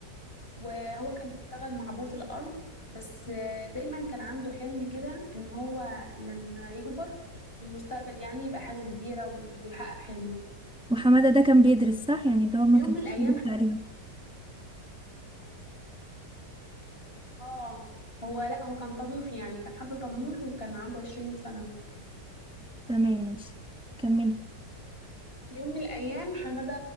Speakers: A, on the left (about 30°); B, in the centre.
A: وهو كان بيشتغل مع أبوه في الأرض بس آه، دايما كان عنده حلم كده إن هو لما يكبر في المستقبل يعني يبقى حاجة كبيرة ويحقق حلمه
B: وحمادة ده كان بيدرس صح يعني ده ما
A: في يوم
B: كانش
A: من الأيام
B: سايب التعليم
A: حد آه هو لأ هو كان طموح يعني كان حد طموح وكان عنده عشرين سنة
B: تمام ماشي كملي
A: في يوم من الأيام حمادة